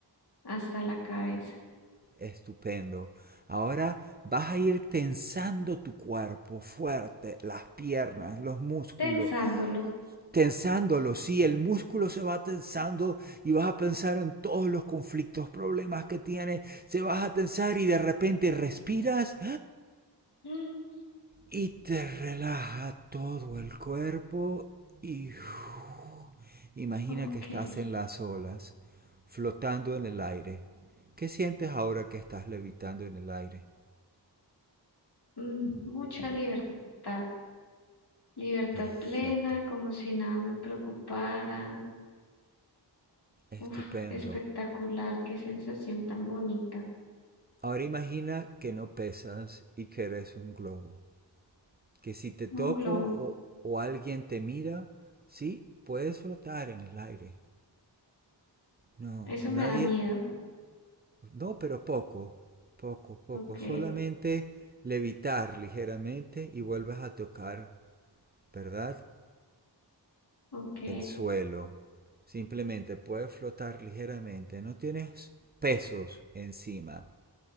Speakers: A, on the left; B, on the right.
A: hasta la cabeza.
B: Estupendo. Ahora vas a ir tensando tu cuerpo fuerte, las piernas, los músculos,
A: Pensándolo,
B: tensándolo, sí, el músculo se va tensando y vas a pensar en todos los conflictos, problemas que tiene, se vas a tensar y de repente respiras
A: mm,
B: y te relaja todo el cuerpo y uff, imagina
A: <gasps>
B: que estás
A: ok,
B: en las olas, flotando en el aire. ¿Qué sientes ahora que estás levitando en el aire?
A: mm, mucha libertad. Libertad
B: Perfecto,
A: plena, como si nada me preocupara.
B: estupendo.
A: Uf, espectacular, qué sensación tan bonita.
B: Ahora imagina que no pesas y que eres un globo. que si te toco
A: Un globo,
B: o, o alguien te mira, sí, puedes flotar en el aire. No,
A: eso
B: nadie,
A: me da miedo.
B: no, pero poco, poco, poco,
A: Ok,
B: solamente levitar ligeramente y vuelves a tocar, ¿verdad?
A: ok,
B: El suelo. Simplemente puedes flotar ligeramente, no tienes pesos encima.